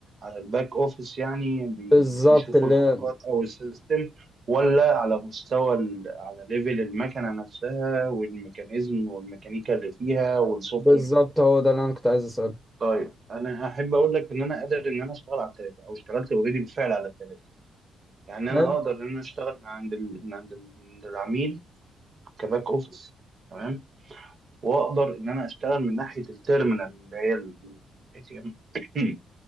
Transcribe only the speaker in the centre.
بالظبط
اللي
بالظبط
هو ده اللي انا كنت عايز اسأله
حلو.